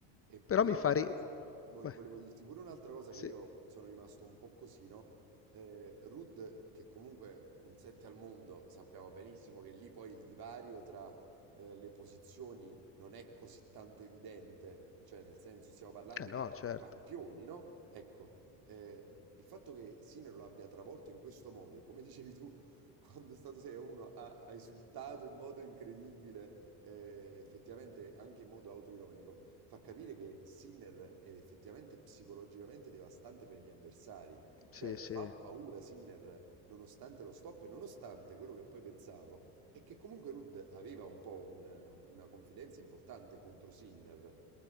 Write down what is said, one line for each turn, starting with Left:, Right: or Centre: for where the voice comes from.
Right: E poi
Left: Però
Right: un'altra
Left: mi fa ri...
Right: cosa, vo-
Left: beh,
Right: volevo dirti pure un'altra cosa
Left: sì,
Right: che io sono rimasto un po' così, no? Eh, Rud, che comunque un 7 al mondo, sappiamo benissimo che lì poi il divario tra eh, le posizioni non è così tanto evidente, cioè nel senso stiamo parlando
Left: eh no,
Right: di
Left: certo,
Right: campioni, no? Ecco, eh, il fatto che Sinner lo abbia travolto in questo modo e come <laughs> dicevi tu, quando è stato 6-1 ha, ha esultato in modo incredibile, eh, effettivamente anche in modo autoironico fa capire che Sinner è effettivamente psicologicamente devastante per gli avversari.
Left: sì,
Right: Cioè,
Left: sì.
Right: fa paura Sinner nonostante lo stop e nonostante quello che poi pensavo è che comunque Rudd aveva un po' un- una confidenza importante contro Sinner,